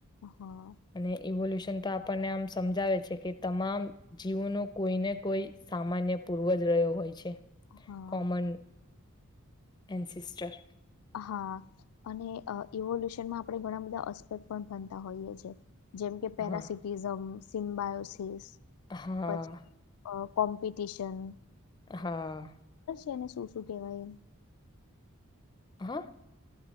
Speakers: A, on the left (about 85°); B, on the left (about 20°).
A: હા
B: અને ઇવોલ્યુસન સન તો આપણને આમ સમજાવે છે કે, તમામ જીવોનો કોઈને કોઈ સામાન્ય પૂર્વજ રહ્યો હોય છે,
A: હા
B: કોમન એન્સીસ્ટર.
A: હા, અને ઇવોલ્યુશનમાં આપણે ઘણા બધા અસ્પેક્ટ પણ ભનતા હોઈએ છે. જેમ કે પેરાસિટીઝમ,
B: હા
A: સિમ્બાયોસિસ.
B: હા
A: પછી કોમ્પિટિશન
B: હા
A: તેને શું શું કેવાય એમ.
B: હા?